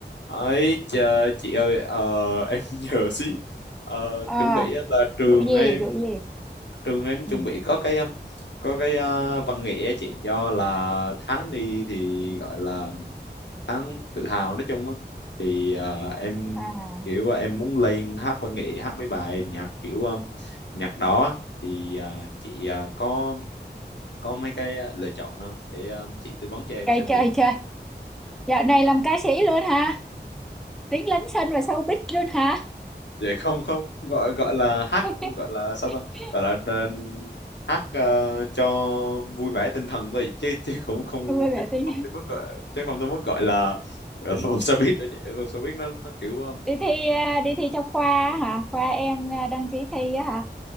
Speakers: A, on the left (about 80°); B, in the centre.
A: ấy chờ chị ơi ờ, <laughs> em nhờ xí Ờ,
B: à
A: chuẩn bị á là trường
B: vụ gì
A: em
B: vụ gì
A: trường em chuẩn
B: ừ.
A: bị có cái um, có cái ờ, văn nghệ á chị do là tháng đi thì gọi là tháng tự hào nói chung á thì ờ, em
B: à
A: kiểu là em muốn lên hát văn nghệ hát mấy bài nhạc kiểu um, nhạc đó á. thì ờ, chị ờ, có có mấy cái ờ, lựa chọn nào để ờ, chị tư vấn cho em
B: chơi
A: xem
B: chơi
A: thử
B: chơi dạo này làm ca sĩ luôn hả tiếng lấn sân và showbiz luôn hả
A: để không không gọi gọi là hát
B: <laughs>
A: gọi là sao ta gọi là ờ, hack ờ, cho vui vẻ tinh thần thôi chứ chứ cũng không
B: vui vẻ
A: chứ
B: tính
A: không tới mức gọi, chứ không tới mức gọi là gọi là một showbiz đó chị Một showbiz nó nó kiểu ờ,
B: đi thi à, đi thi cho khoa hả khoa em à, đăng ký thi á hả